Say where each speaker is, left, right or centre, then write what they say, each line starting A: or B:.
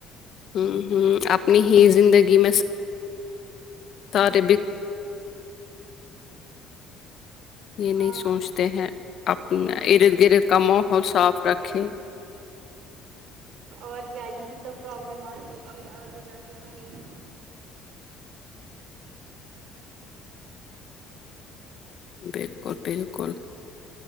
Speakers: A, on the left; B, on the right.
A: ہ ہ اپنی ہی زندگی میں سب یہ
B: ہاں
A: نہیں سوچتے ہیں اپنا ارد گرد کا ماحول صاف رکھے
B: اور کیا یہی تو پرابلم ا رہی ہے پھر اگے جا کے ہمیں ہی
A: بالکل بالکل